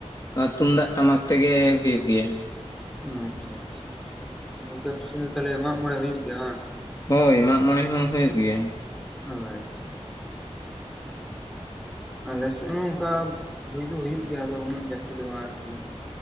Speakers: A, on the left; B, in the centre.
A: ᱛᱩᱢᱫᱟᱜ ᱴᱟᱢᱟᱠ ᱛᱮᱜᱮ ᱦᱩᱭᱩᱜ ᱜᱮᱭᱟ
B: ᱚ ᱟᱪᱪᱷᱟ ᱟᱪᱪᱷᱟ ᱜᱚᱝᱠᱮ ᱟᱯᱮ ᱥᱮᱫ ᱫᱚ ᱛᱟᱦᱞᱮ ᱢᱟᱜ ᱢᱚᱬᱮ ᱦᱩᱭᱩᱜ ᱜᱮᱭᱟ ᱵᱟᱝ
A: ᱦᱳᱭ ᱢᱟᱜ ᱢᱚᱬᱮ ᱦᱚᱸ ᱦᱩᱭᱩᱜ ᱜᱮᱭᱟ
B: ᱚ ᱟᱪᱪᱷᱟ ᱟᱪᱪᱷᱟ ᱟᱞᱮ ᱥᱮᱜ ᱦᱚᱸ ᱚᱝᱠᱟ ᱦᱩᱭ ᱫᱚ ᱦᱩᱭᱩᱜ ᱜᱮᱭᱟ ᱟᱫᱚ ᱩᱱᱟᱹᱜ ᱡᱟᱹᱥᱛᱤ ᱫᱚ ᱵᱟᱝᱼᱟ ᱟᱨᱠᱤ